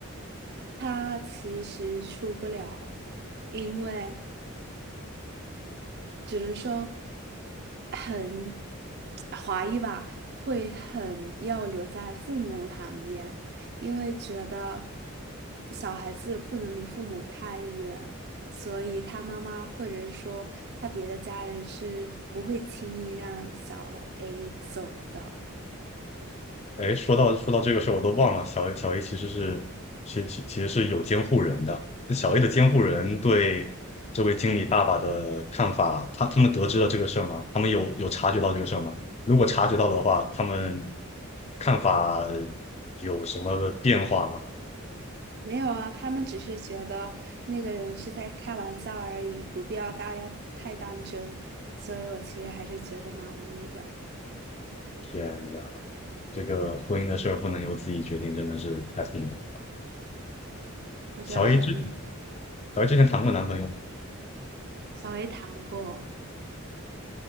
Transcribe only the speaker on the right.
他其实出不了，因为。只能说很怀疑吧，会很要留在父母旁边，因为觉得小孩子不能离父母太远，所以他妈妈或者是说他别的家人是不会轻易让小 A 走的。
没有啊，他们只是觉得那个人是在开玩笑而已，不必要大太当真，所以我其实还是觉得蛮无语的。
我觉得很
小 A 谈过，